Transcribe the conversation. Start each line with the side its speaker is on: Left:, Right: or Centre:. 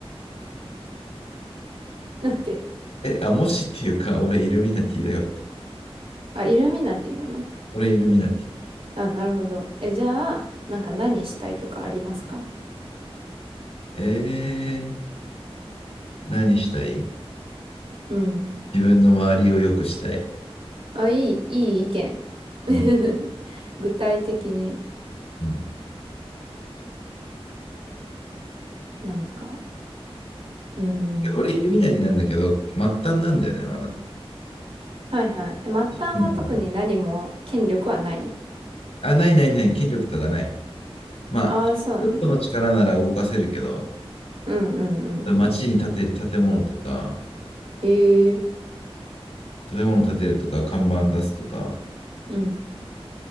Right: <laughs> だって、
Left: え、あ、もしっていうか、俺イルミナティだよって。
Right: あ、イルミナティなの
Left: 俺イルミナティ。
Right: あ、なるほど。え、じゃあ、なんか何したいとかありますか
Left: えー。何したい
Right: うん。
Left: 自分の周りを良くしたい。
Right: あ、いい、いい意見。<laughs>
Left: うん
Right: 具体的に
Left: うん
Right: なんか。うん。
Left: 俺、イルミナリなんだけど、末端なんだよね、まだ。
Right: はいはい。え末端は特に何も権力はないの。
Left: みたいな。あ、ないないない、権力とかない。まあ、
Right: ああ、そうなんだ。
Left: ちょっとの力なら動かせるけど、
Right: うんうんうん。
Left: 街に建てる建物とか、
Right: ええ
Left: 建物建てるとか、看板出すとか、
Right: うん